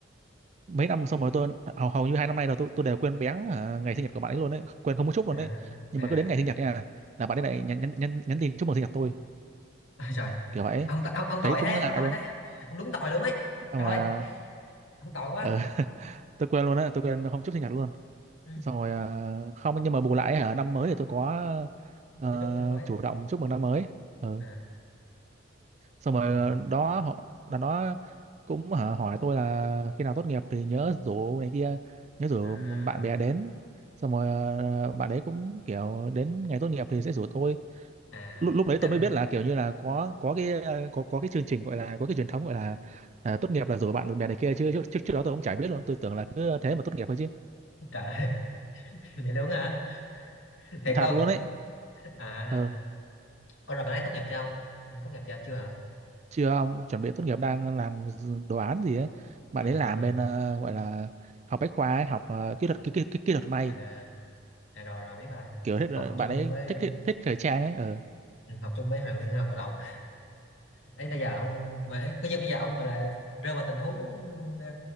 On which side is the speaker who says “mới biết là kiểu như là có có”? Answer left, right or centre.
Right